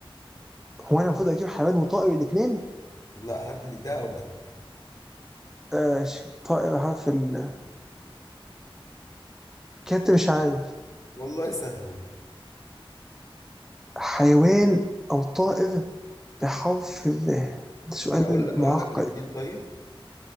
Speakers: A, in the centre; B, on the left.
A: هو انا المفروض اجيب حيوان وطائر الاثنين
B: لا هات لي ده او ده
A: آه ش- طائر حرف ال كنت مش عارف
B: والله سهله
A: حيوان او طائر بحرف ال ده سؤال
B: انا اقول لك اقول
A: معقد
B: لك الاثنين طيب